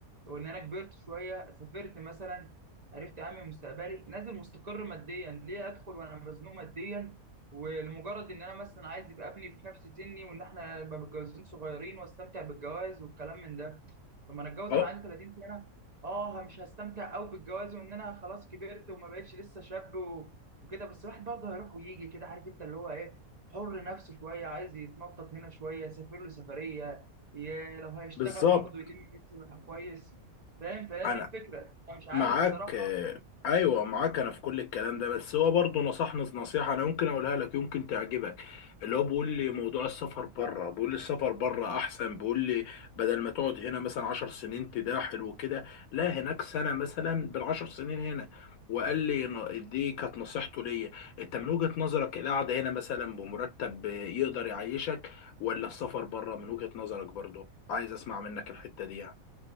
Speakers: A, on the right; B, on the left.
A: وان انا كبرت شويه سافرت مثلا عرفت اعمل مستقبلي نازل مستقر ماديا ليه ادخل وانا مزنوق ماديا ولمجرد ان انا مثلا عايز يبقى ابني في نفس سني وان احنا نبقى متجوزين صغيرين واستمتع بالجواز والكلام من ده لما انا اتجوز
B: أه
A: وانا عندي 30 سنه اه مش هستمتع قوي بالجواز وان انا خلاص كبرت وما بقتش لسه شاب و... وكده بس الواحد برضه هيروح ويجي كده عارف انت اللي هو ايه حر نفسه شويه عايز يتنطط هنا شويه يسافر له سفريه ي- لو هيشتغل
B: بالظبط
A: برضه يلم نفسه كويس فاهم فهي
B: أنا
A: دي الفكره انا مش عارف
B: معاك
A: الصراحه
B: آه، ايوه معاك انا في كل الكلام ده بس هو برضه نصحني نصيحه انا يمكن اقولها لك يمكن تعجبك اللي هو بيقول لي موضوع السفر بره بيقول لي السفر بره احسن بيقول لي بدل ما تقعد هنا مثلا عشر سنين تداحل وكده لا هناك سنه مثلا بالعشر سنين هنا وقال لي ن- دي كانت نصيحته ليا انت من وجهه نظرك القعده هنا مثلا بمرتب يقدر يعيشك ولا السفر بره من وجهه نظرك برضه عايز اسمع منك الحته دي يعني